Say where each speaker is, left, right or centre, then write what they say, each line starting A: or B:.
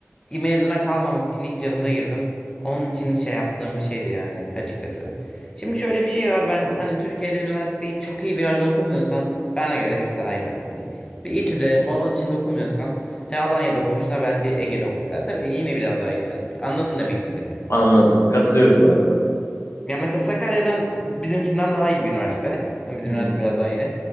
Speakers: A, on the left; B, on the left.
A: mezuna kalmamak için ilk yılımda girdim. Onun için şey yaptığım bir şeydi yani açıkçası. Şimdi şöyle bir şey var. Ben hani Türkiye'de üniversiteyi çok iyi bir yerde okumuyorsan bana göre hepsi aynı. Hani bir İTÜ'de, Boğaziçi'nde okumuyorsan he Alanya'da okumuşuna bence Ege'de oku. Ya tabii Ege yine biraz daha iyidir. Hani anladın demek istediğimi.
B: anladım. Katılıyorum bu arada.
A: Ya mesela Sakarya'dan bizimkinden daha iyi bir üniversite. Hani bizim
B: Hı
A: üniversite
B: hı,
A: biraz daha yeni.